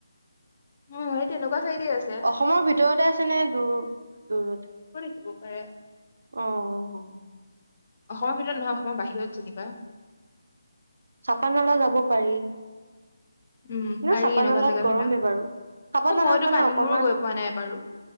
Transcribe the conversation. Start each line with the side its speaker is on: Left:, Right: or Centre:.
Left: উম, <unintelligible> আছে
Right: অসমৰ ভিতৰতে আছেনে। দূৰ, দূৰত।
Left: দিব পাৰে।
Right: অ'
Left: অসমৰ ভিতৰত নহয়, অসমৰ বাহিৰত যেনিবা
Right: চাপানলা যাব পাৰি! কিন্তু,
Left: উম পাৰি
Right: চাপানালাত
Left: এনেকুৱা জেগা
Right: গৰম
Left: বিলাক
Right: এই বাৰু চাপাানালাত
Left: মইতো
Right: মানে,
Left: পানী
Right: অকমান
Left: মূৰো গৈ পোৱা নাই বাৰু